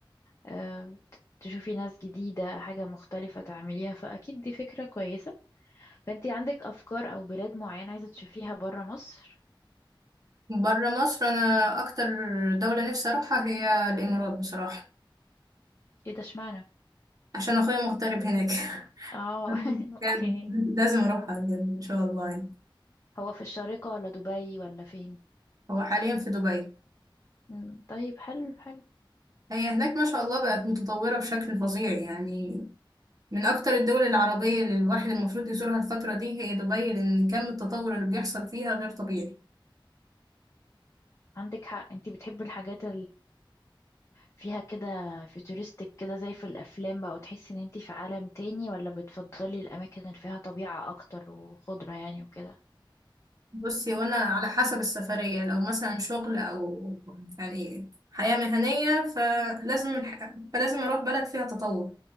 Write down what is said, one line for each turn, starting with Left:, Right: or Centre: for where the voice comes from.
Left: آه، تشوفي ناس جديدة حاجة مختلفة تعمليها فأكيد دي فكرة كويسة فأنتي عندك أفكار أو بلاد معينة عايزة تشوفيها برا مصر؟
Right: بره مصر انا اكتر دولة نفسي اروحها هي الامارات بصراحة
Left: ايه ده اشمعنى؟
Right: عشان اخويا مغترب هناك
Left: اه
Right: <laughs> بجد
Left: <laughs> اوكي
Right: لازم اروحها بجد ان شاء الله يعني
Left: هو في الشارقة ولا دبي ولا فين؟
Right: هو حاليا في دبي
Left: مم، طيب حلو حلو
Right: هي هناك ما شاء الله بقت متطورة بشكل فظيع يعني من أكتر الدول العربية اللي الواحد المفروض يزورها الفترة دي هي دبي لأن كم التطور اللي بيحصل فيها غير طبيعي
Left: عندك حق انتي بتحبي الحاجات فيها كده فيوتوريستك كده زي في الافلام بقى وتحسي ان انتي في عالم تاني ولا بتفضلي الاماكن اللي فيها طبيعة اكتر وخضرة يعني وكده
Right: بصي وأنا على حسب السفرية لو مثلا شغل أو يعني حياة مهنية فلازم الح... فلازم أروح بلد فيها تطور